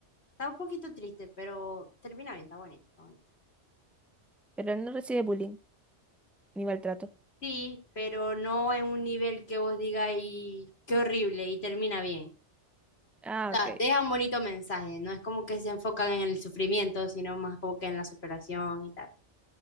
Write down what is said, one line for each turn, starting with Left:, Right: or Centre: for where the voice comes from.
Left: está un poquito triste, pero termina bien, está bonita, está bonita.
Centre: Pero no recibe bullying ni maltrato.
Left: Sí, pero no en un nivel que vos digas y qué horrible y termina bien.
Centre: Ah,
Left: O
Centre: ok.
Left: sea, deja un bonito mensaje, no es como que se enfocan en el sufrimiento, sino más como que en la superación y tal.